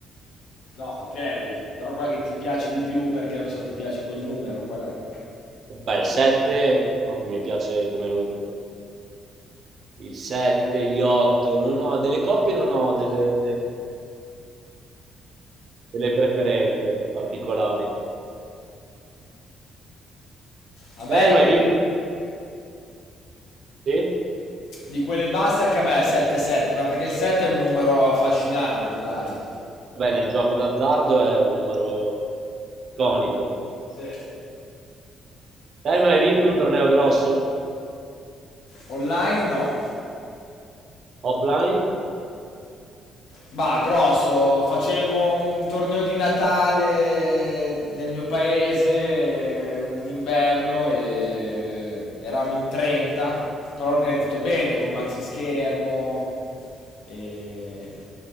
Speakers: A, on the left (about 80°); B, on the right (about 55°).
A: No, ok, però quella che ti piace di più perché non so, ti piace quel numero, qual è?
B: eh. Beh, il 7 proprio mi piace come numero. Il 7, gli 8, non ho delle coppie, non ho delle, delle preferenze particolari.
A: A me
B: Eh,
A: di
B: ma
A: quelle,
B: hai vinto? Sì?
A: di quelle basse anche a me è 7-7, ma perché il 7 è un numero affascinante, dai.
B: Beh, nel gioco d'azzardo è un numero iconico.
A: Sì.
B: Eh, ma hai vinto un torneo grosso?
A: Online no.
B: Offline?
A: Bah, grosso, facemmo un torneo di Natale nel mio paese, un inverno, e eravamo in 30, però organizzato bene con maxi schermo e,